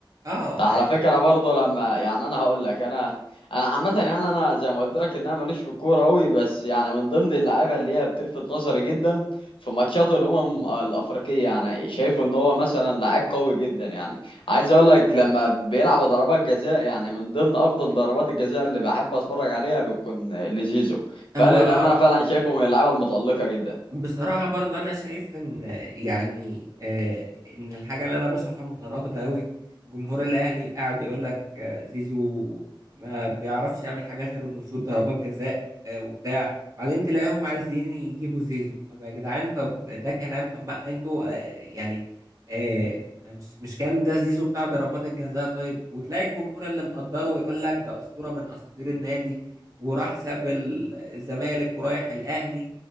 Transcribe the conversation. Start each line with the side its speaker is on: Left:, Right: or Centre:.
Right: اه
Left: ده على فكرة برضه لما يعني انا هقول لك انا انا عامة يعني انا زي ما قلت لك ان انا ماليش في الكورة قوي بس يعني من ضمن اللعيبة اللي هي بتلفت نظري جدا في ماتشات الامم الافريقية يعني شايفه ان هو مثلا لعيب قوي جدا يعني عايز اقول لك لما بيلعب ضربات جزاء يعني من ضمن افضل ضربات الجزاء اللي بحب اتفرج عليها بتكون لزيزو فللأمانة
Right: هو اه
Left: فعلا شايفه من اللعيبة المتألقة جدا
Right: بصراحة برضه أنا شايف إن يعني آه، من الحاجة اللي أنا بشوفها متناقضة أوي جمهور الأهلي قاعد يقول لك آه، زيزو ما بيعرفش يعمل حاجة غير إنه يشوط ضربات جزاء آه، وبتاع بعدين تلاقيهم عايزين يجيبوا زيزو طب يا جدعان طب ده كلام طب ما أنتوا آه، يعني آه، مش مش كان ده زيزو بتاع ضربات الجزاء طيب وتلاقي الجمهور اللي مقدره ويقول لك ده أسطورة من أساطير النادي وراح ساب ال- الزمالك ورايح الأهلي